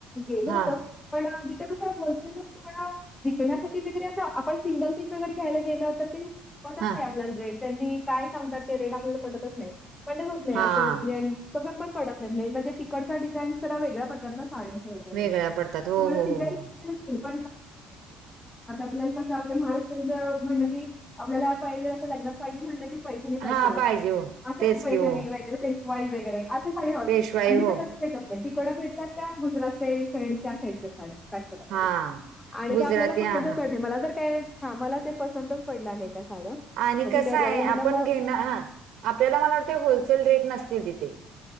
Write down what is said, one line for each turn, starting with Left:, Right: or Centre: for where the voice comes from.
Left: गेलो
Right: हां,
Left: होतो, पण तिथे कसं होलसेल तुम्हाला विकण्यासाठी विक तिथे असं आपण सिंगल पीस वगैरे घ्यायला गेलं, तर ते पटत
Right: हां,
Left: नाही आपल्याला सेंट. त्यांनी काय सांगतात ते रेट आपल्याला पटतच नाही, पटतच नाही
Right: हां.
Left: असं म्हणजे पसंत पण पडत नाही. मेन म्हणजे तिकडच्या डिझाईन्स जरा वेगळ्या पडत्यात ना साड्या होय बरी
Right: वेगळ्या
Left: आहे.
Right: पडतात. हो,
Left: <unintelligible>
Right: हो, हो, हो.
Left: आता आपल्याला कसं आपल्या महाराष्ट्रचं म्हणलं की, आपल्याला पाहिजे असं लग्नात पाहिजे म्हणलं की पैठणी पाहिजे,
Right: हां, हो.
Left: अशा
Right: तेच
Left: पैठणी
Right: की हो.
Left: पाहिजे पेश वाईज वगैरे असं खडे हवे
Right: पेशवाई
Left: असतात आणि
Right: हो.
Left: तिथं कशे भेटतात तिकडं भेटतात त्या, गुजरात काही साईड त्या साईडच्या फार काटपदरमध्ये
Right: हां.
Left: आणि
Right: गुजराती
Left: ते आपल्याला पसं
Right: हां, हां.
Left: मला तर काय? हा, मला ते पसंतच पडल्या नाही त्या साड्या.
Right: आणि
Left: मग ठीक
Right: कसं आहे
Left: जाऊ दे म्हटलं
Right: आपण
Left: मग
Right: घेणं, हा. आपल्याला मला वाटतें, होलसेल रेट नसतील तिथे.